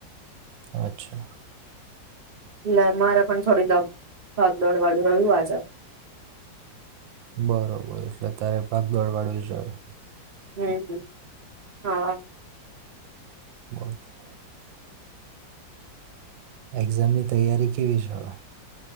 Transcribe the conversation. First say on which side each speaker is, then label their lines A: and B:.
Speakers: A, on the right; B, on the right.
A: અચ્છા.
B: એટલે મારે પણ થોડી દ ભાગ દોડ વાળું રહ્યું આજે.
A: બરોબર. એટલે અત્યારે ભાગદોડ વાળું <unintelligible>
B: <inaudible> હા.
A: <unintelligible> એક્ઝામની તૈયારી કેવી છે હવે?